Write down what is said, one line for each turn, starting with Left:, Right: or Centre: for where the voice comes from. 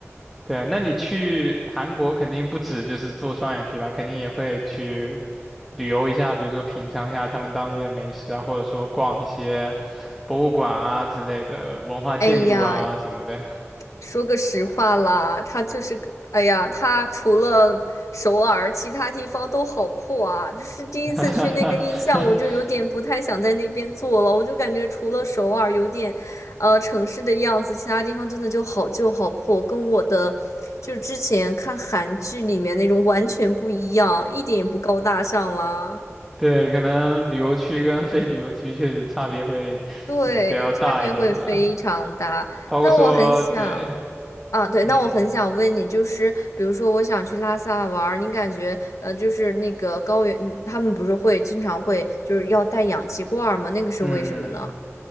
Centre: 对，那你去韩国肯定不止就是做双眼皮吧，肯定也会去旅游一下，比如说品尝一下他们当地的美食啊，或者说逛一些博物馆啊之类的文化建筑啊什么的。
Left: 哎呀，说个实话啦，他就是个，哎呀，他除了首尔，其他地方都好破啊。就是第一次去那个印象，
Centre: <laughs>
Left: 我就有点不太想在那边做了。我就感觉除了首尔有点，呃，城市的样子，其他地方真的就好旧好破，跟我的就是之前看韩剧里面那种完全不一样，一点也不高大上啦。
Centre: 对，可能旅游区跟非旅游区确实差别会嗯比较大一点吧，
Left: 对，差别会非常大。
Centre: 包括说对，
Left: 那我很想，啊，对，
Centre: 嗯
Left: 那我很想问你，就是比如说，我想去拉萨玩儿，你感觉，呃，就是那个高原，嗯他们不是会经常会就是要带氧气罐儿吗？那个是为什么呢？
Centre: 嗯嗯。